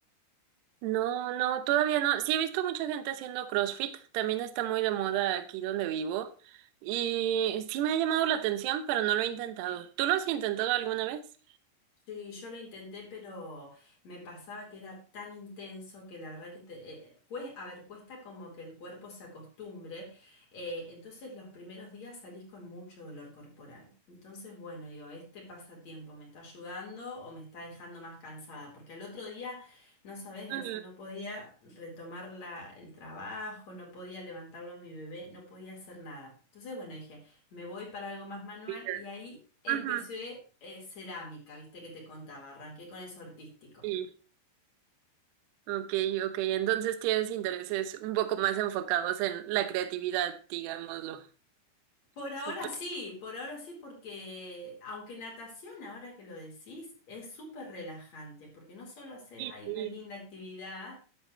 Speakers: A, on the right; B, on the left.
A: No, no, todavía no. Sí he visto mucha gente haciendo CrossFit, también está muy de moda aquí donde vivo y sí me ha llamado la atención, pero no lo he intentado. ¿Tú lo has intentado alguna vez?
B: Sí, yo lo intenté, pero me pasaba que era tan intenso que la verdad que te, eh, cue- a ver, cuesta como que el cuerpo se acostumbre. eh, entonces los primeros días salís con mucho dolor corporal. Entonces, bueno, digo, este pasatiempo me está ayudando o me está dejando más cansada, porque al otro día, no sabés,
A: Ujú,
B: Elsa, no podía retomar la- el trabajo, no podía levantarlo a mi bebé, no podía hacer nada. Entonces, bueno, dije me voy para algo más manual
A: vida.
B: y ahí empecé
A: Ujú,
B: eh, cerámica, viste que te contaba, arranqué con eso artístico.
A: Sí, ok, ok. Entonces tienes intereses un poco más enfocados en la creatividad, digámoslo.
B: Por ahora
A: Sí, pues,
B: sí, por ahora sí, porque aunque natación, ahora que lo decís, es súper relajante, porque no solo haces
A: sí,
B: ahí
A: sí.
B: una linda actividad,